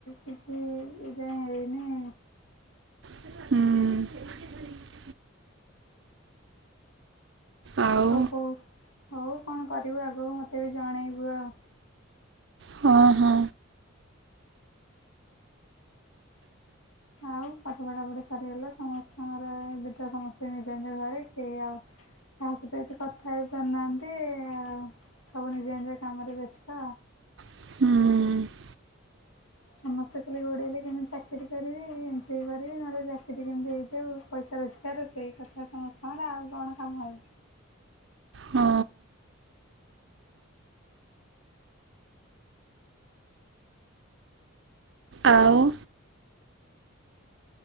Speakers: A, on the left (about 85°); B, on the right (about 60°).
A: କିଛି ଏ ଯାଏଁ ହେଇନି।
B: ହୁଁ। ଆଉ
A: ଓ ହୋଉ ହୋଉ କଣ କରିବୁ ଆଗକୁ ମୋତେ ବି ଜଣେଇବୁ ଆଉ।
B: ହଁ ହଁ।
A: ଆଉ ପାଠ ପଢ଼ାପଢ଼ି ସରିଗଲା ସମସ୍ତଙ୍କର ଏବେତ ସମସ୍ତେ ନିଜ ନିଜ ଘରେ କେହି ଆଉ କାହା ସହିତ ଏତେ କଥା ହେଇ ପାରୁନାହାନ୍ତି ଆଉ ସବୁ ନିଜ ନିଜ କାମରେ ବ୍ୟସ୍ତ।
B: ହୁଁ।
A: ସମସ୍ତେ ଖଲି ଗୋଡ଼େଇଲେ କେମିତି ଚାକିରି କରିବି ଏମ୍ ସିଏ କରିବି ନହେଲେ ଚାକିରି କେମତି ହେଇଯାଉ ପଇସା ରୋଜଗାର ସେଇ କଥା ସମସ୍ତଙ୍କର ଆଉ କଣ କାମ ଆଉ।
B: ହଁ ଆଉ